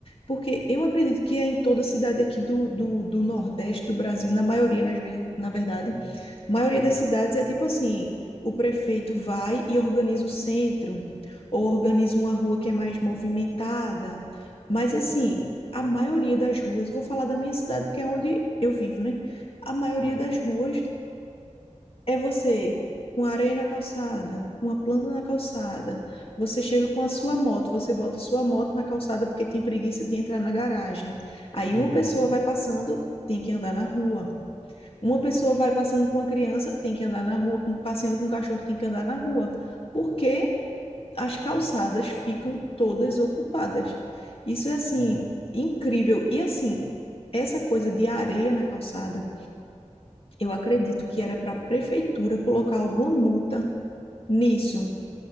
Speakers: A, on the left; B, on the left.
A: Porque eu acredito que é em toda cidade aqui do, do, do Nordeste do Brasil, na maioria, nas ver- na verdade, a maioria
B: hum,
A: das cidades é tipo assim, o prefeito vai e organiza o centro, ou organiza uma rua que é mais movimentada. Mas assim, a maioria das ruas, vou falar da minha cidade, porque é onde eu vivo, né? A maioria
B: certo.
A: das ruas é você com areia na calçada, com a planta na calçada. Você chega com a sua moto, você bota sua moto na calçada porque tem preguiça de entrar na garagem. Aí uma
B: Uhum,
A: pessoa vai passando, tem que andar na rua. Uma pessoa vai passando com a criança, tem que andar na rua. Com, passeando com o cachorro, tem que andar na rua. Porque as calçadas ficam todas ocupadas. Isso é assim,
B: uhum.
A: incrível. E assim, essa coisa de areia na calçada, eu acredito que era para a prefeitura colocar alguma multa nisso.